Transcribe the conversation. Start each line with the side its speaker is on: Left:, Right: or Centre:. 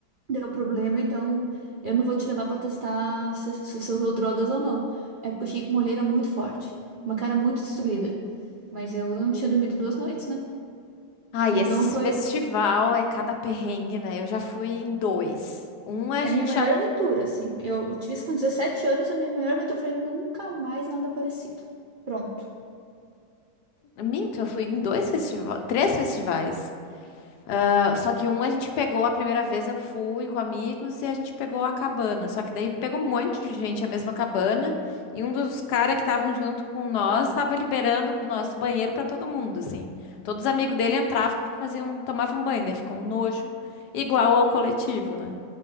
Right: deu problema, então eu não vou te levar pra testar se, se você usou drogas ou não". É porque eu cheguei com uma olheira muito forte, uma cara muito destruída, mas eu não tinha dormido duas noites, né?
Left: Ai,
Right: Então
Left: esses
Right: foi
Left: festival é cada perrengue, né? Eu já fui em dois. Um a
Right: É
Left: gente
Right: a minha maior
Left: alugou.
Right: aventura, assim. Eu tive isso com 17 anos, a minha maior aventura. Eu falei, nunca mais nada parecido. Pronto.
Left: Minto, eu fui em dois festivais, três festivais. Ah, Só que um a gente pegou a primeira vez, eu fui com amigos e a gente pegou a cabana. Só que daí pegou um monte de gente a mesma cabana e um dos caras que estavam junto com nós estava liberando o nosso banheiro para todo mundo, assim. Todos os amigos dele entravam, faziam, tomavam banho, daí ficou um nojo igual ao coletivo, né?